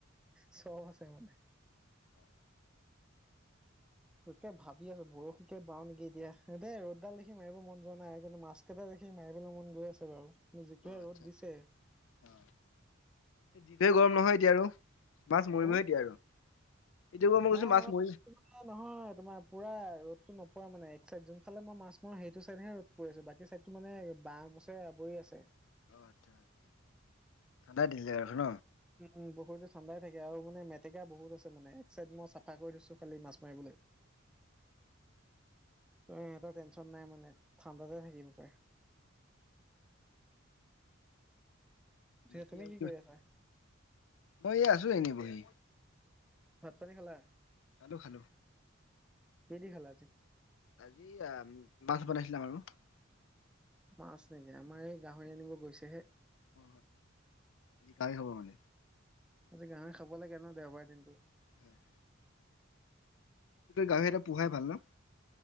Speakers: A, in the centre; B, on the left.
A: চব আছে মানে
B: অ
A: তাকে ভাবি আছো বৰশীকে বাও নেকি এতিয়া দে ৰ'দডাল দেখি মাৰিব মন যোৱা নাই সেইকাৰণে মাছ কেইটা দেখি মাৰিবলৈ মন গৈ আছে বাৰু যিটোহে
B: আচ্ছা
A: ৰ'দ দিছে
B: আ যিটোে গৰম নহয় এতিয়া আৰু মাছ,
A: হম
B: মৰিবহে দিয়য়া আৰু এতিয়া ক মই
A: নাই
B: কৈছো মাছ,
A: আমাৰ
B: মৰিছো
A: নহয় তোমাৰ পুৰা ৰদতটো নপৰা মানে এক চাইড যোন ফালে মই মাছ, মাৰো সেইটো চাইদহে ৰ'দ, পৰি আছো বাকী চ ছাইডতটো মানে বাঁহ, গছে আৱৰি আছে।
B: অঁ আচ্ছা আচ্ছা ঠাণ্ডা দিলিল ৰাখ ন
A: উম বহুতো ঠাণ্ডাই থাকে আৰু মান মেতেকা, বহুত আছে মানে এক চাইড মই চাফা কৰি দিছো খালি মাছ, মাৰিবলৈ। ত এটা টেনচন নাই মানে ঠাণ্ডাতে থাকিব পাৰে। পিছে
B: আৰু
A: তুমি কি
B: ক
A: কৰি আছা
B: মই আছো এনেই বহি
A: ভাত, পানী, খালা?
B: খালো খালো।
A: কিহেদি খালা আজি।
B: আজি আ মাছ, বনাইছিলে আমাৰ ঘৰত।
A: মাছ নেকি আমাৰ এই গাহৰি আনিব গৈছেহে।
B: অ আজি কাই হব মাল।
A: আজি গাঁহৰি, খাব লাগে ন দেওবাৰ দিনটো।
B: হয়, গাহৰি এটা পোহাই ভাল ন।